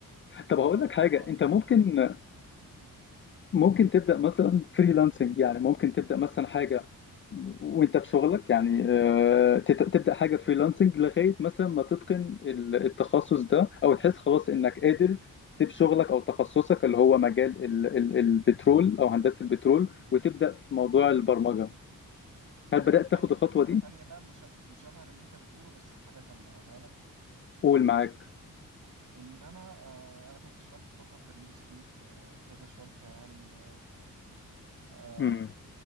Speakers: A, on the right; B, on the left.
A: فكنت
B: طب هقول لك حاجة
A: وقفت
B: انت ممكن
A: شغل ونسيت
B: ممكن تبدأ مثلا فريلانسنج يعني ممكن تبدأ مثلا حاجة وانت في شغلك يعني آه، تت- تبدأ حاجة فريلانسنج لغاية مثلا ما تتقن ال- التخصص ده او تحس خلاص انك قادر تسيب شغلك او تخصصك اللي هو مجال ال- ال- البترول او هندسة البترول وتبدأ في موضوع البرمجة هل
A: انا
B: بدأت
A: جه في بالي
B: تاخد
A: فكره
B: الخطوة دي؟
A: تانية بقى مشا- مشابهه للي انت بتقوله بس في حاجه تانية اقولها لك
B: قول معاك
A: ان انا آه، انا كنت اشتغلت فتره في الريل استيت في كذا شركه يعني آه،
B: امم